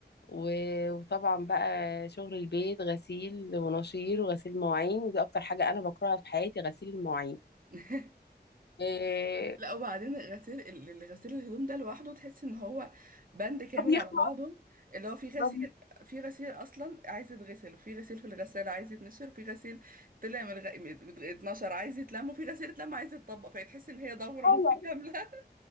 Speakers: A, on the left; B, on the right.
A: و- وطبعا بقى شغل البيت غسيل ونشير وغسيل مواعين ودي اكتر حاجه انا بكرهها في حياتي غسيل المواعين
B: <laughs>
A: إيه
B: لا وبعدين غسيل ال- ال- غسيل الهدوم ده لوحده تحس ان هو بند كامل
A: ما بيخلص
B: على بعضه اللي هو في غسيل
A: ما
B: في غسيل اصلا عايز يتغسل وفي غسيل في الغسالة عايز يتنشر وفي غسيل طلع من الغ... مت- اتنشر عايز يتلم وفي غسيل اتلم عايز يتطبق فتحس ان هي دورة
A: بيخلص
B: متكاملة <laughs>